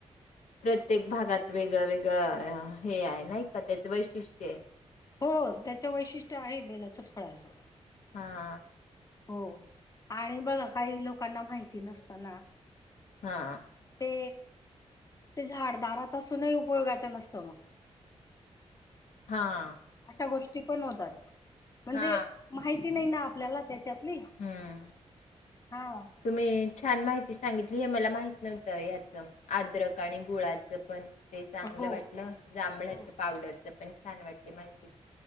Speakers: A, on the left; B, on the left.
A: प्रत्येक भागात वेगळं वेगळं अ हे आहे नाही का त्याच वैशिष्ट्ये.
B: हो त्याच वैशिष्ट्य आहे बोलाच फळाचं.
A: हाआआ...
B: हो आणि बघा काही लोकांना माहिती नसत. त्यांना
A: हा
B: आहो ते ते झाडदारात असूनही उपयोगाचं नसतं मग.
A: हां आ.
B: अशा गोष्टी पण होतात म्हणजे
A: हा
B: माहिती नाही ना आपल्याला त्याच्यातली.
A: हम्म.
B: हा.
A: तुम्ही छान माहिती सांगितली हे मला माहित नव्हतं याचं आद्रक आणि गुळाचं पण ते चांगलं
B: हो
A: वाटलं जांभळाच्या
B: हो
A: पावडरच पण छान वाटली माहिती.